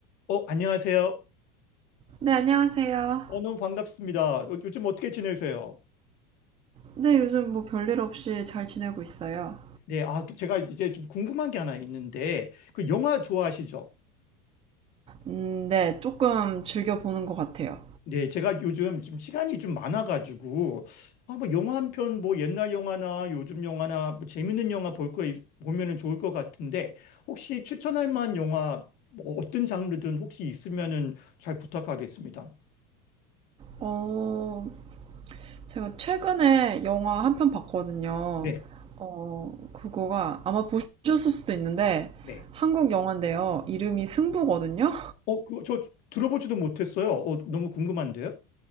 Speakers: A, on the left; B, on the right.
A: 어, 안녕하세요.
B: 네, 안녕하세요.
A: 어, 너무 반갑습니다. 어, 요즘 어떻게 지내세요?
B: 네, 요즘 뭐 별일 없이 잘 지내고 있어요.
A: 네, 아, 그 제가 이제 좀 궁금한 게 하나 있는데, 그 영화 좋아하시죠?
B: 음, 네, 조금 즐겨보는 것 같아요.
A: 네, 제가 요즘 좀 시간이 좀 많아가지고, 아, 뭐 영화 한 편, 뭐 옛날 영화나 요즘 영화나 뭐 재밌는 영화 볼 거, 있- 보면은 좋을 것 같은데, 혹시 추천할 만한 영화, 뭐 어떤 장르든 혹시 있으면은 잘 부탁하겠습니다.
B: 어, 제가 최근에 영화 한 편 봤거든요.
A: 네,
B: 어, 그거가 아마 보셨을 수도 있는데,
A: 네.
B: 한국 영화인데요. 이름이 승부거든요?
A: 어, 그, 저 들어보지도 못했어요. 어, 너무 궁금한데요?